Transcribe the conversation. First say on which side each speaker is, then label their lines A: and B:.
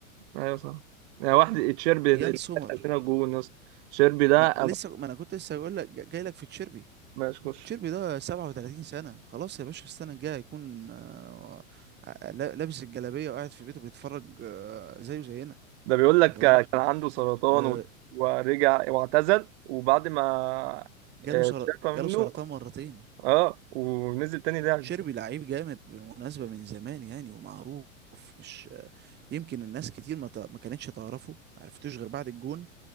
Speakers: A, on the right; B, on the right.
A: ايوه صح يعني واحد تشيربي
B: يان
A: اللي
B: سومر
A: دخل فينا جون يا اسطى تشيربي ده
B: ما
A: انا
B: لسه ما انا كنت لسه بقول لك جاي لك في تشيربي
A: ماشي خش
B: تشيربي ده 37 سنه خلاص يا باشا في السنه الجايه هيكون آه، آه، لا- لابس الجلابيه وقاعد في بيته بيتفرج آه، زيه زينا
A: ده بيقول لك
B: تمام
A: كان عنده سرطان
B: آه،
A: و- ورجع واعتزل وبعد ما
B: جاله
A: آه، اتشافى
B: سر...
A: منه
B: جاله سرطان مرتين
A: اه ونزل تاني لعب
B: تشيربي لعيب جامد بالمناسبه من زمان يعني ومعروف مش آه، يمكن الناس كتير ما, ت... ما كانتش تعرفه ما عرفتوش غير بعد الجون